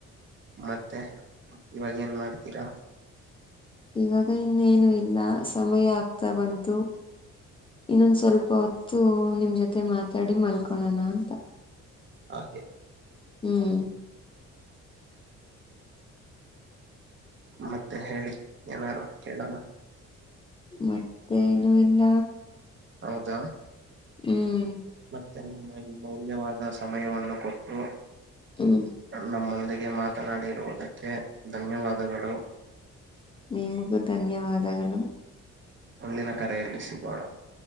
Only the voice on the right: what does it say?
ಮತ್ತೆ ಇವಾಗೇನ್ ಮಾಡ್ತೀರಾ.
ಹಾಗೆ.
ಮತ್ತೆ ಹೇಳಿ ಏನಾರು ಕೇಳೋಣ.
ಹೌದಾ.
ಮತ್ತೆ ನಿಮ್ಮ ಅಮೂಲ್ಯವಾದ ಸಮಯವನ್ನು ಕೊಟ್ಟು
ನಮ್ <unintelligible> ಗೆ ಮಾತನಾಡಿರುವುದಕ್ಕೆ ಧನ್ಯವಾದಗಳು.
ಮುಂದಿನ ಕರೆಯಲ್ಲಿ ಸಿಗೋಣ.